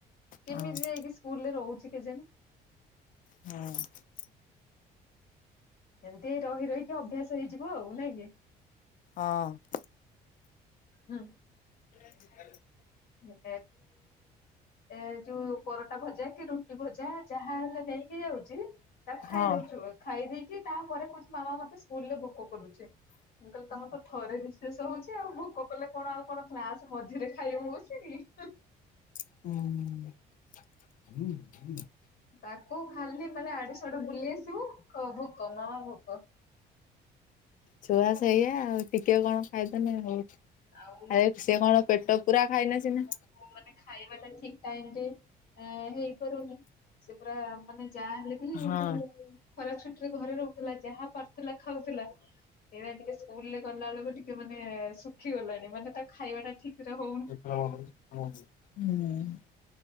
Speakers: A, on the left; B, on the left.
A: କେମିତି
B: ହଁ
A: ଯାଇକି ସ୍କୁଲରେ ରହୁଚି କେଜାଣି।
B: ହୁଁ।
A: ଏମିତି ରହି ରହିକି ଅଭ୍ୟାସ ହେଇଯିବ ଆଉ ନା କି।
B: ହଁ।
A: ହୁଁ।
B: <inaudible>
A: <unintelligible> ଏ ଯଉ ପରଟା ଭଜା କି ରୁଟି ଭଜା ଯାହା ହେଲେ ନେଇକି ଯାଉଚି। ତାକୁ ଖାଇ
B: ହଁ
A: ଦଉଥିବ ଖାଇ ଦେଇକି ତାପରେ କହୁଚି ମାମା ମତେ ସ୍କୁଲରେ ଭୋକ କରୁଚି। ମୁଁ କହିଲେ ତମର ତ ଥରେ ରିସେସ୍ ହଉଚି ଆଉ ଭୋକ କଲେ କଣ ଆଉ କଣ କ୍ଲାସ୍ ମଝିରେ ଖାଇବୁ ବସ୍ ହ
B: <inaudible>
A: ତାକୁ ଖାଲି ମାନେ ଆଡୁ ସାଡୁ ବୁଲି ଆସିବ କହିବ ଭୋକ ମାମା ଭୋକ।
B: ଛୁଆ ସେଇଆ ଆଉ। ଟିକେ କଣ ଖାଇଦେନେ ହଉ ଆରେ
A: ଆଉ
B: ସିଏ କଣ ପେଟ ପୁରା ଖାଇନେ ସିନା
A: ହଁ- ମାନେ ଖାଇବା ଟା ଠିକ୍ ଟାଇମ୍ ରେ ଏଁ- ହେଇପାରୁନି ସେ ପୁରା ମାନେ ଯାହାଲେ ବି
B: ହଁ।
A: ଯଉ ଖରା ଛୁଟି ରେ ଘରେ ରହୁଥିଲା ଯାହା ପାରୁଥିଲା ଖାଉଥିଲା ସେଇଟା ଟିକେ ସ୍କୁଲ ରେ ଗଲା ବେଳକୁ ଟି ଟିକିଏ ମାନେ ଶୁଖି ଗଲାଣି ମାନେ ତା ଖାଇବା ଟା ଠିକ୍ ରେ ହଉ
B: <inaudible>